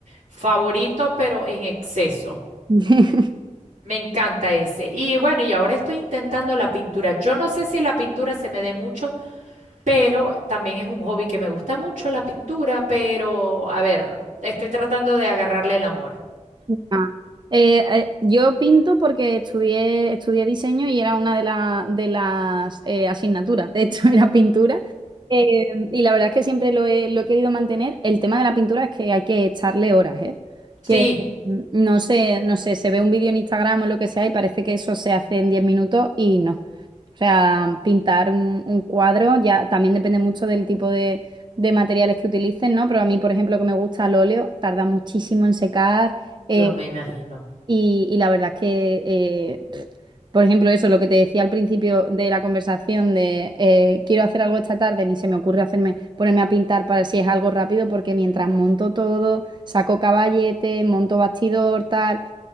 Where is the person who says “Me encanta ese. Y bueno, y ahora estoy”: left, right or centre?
Right